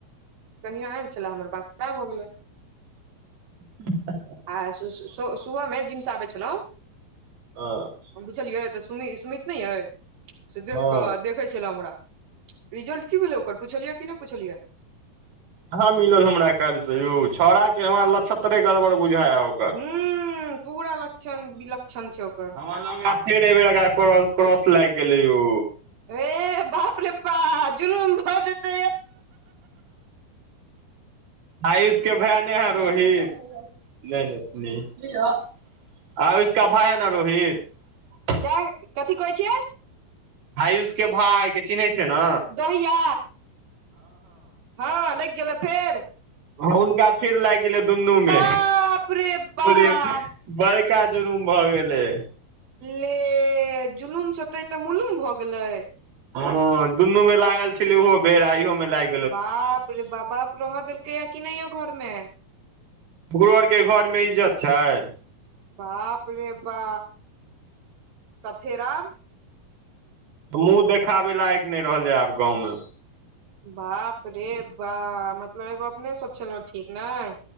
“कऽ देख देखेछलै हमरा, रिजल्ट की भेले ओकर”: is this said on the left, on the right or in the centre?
Right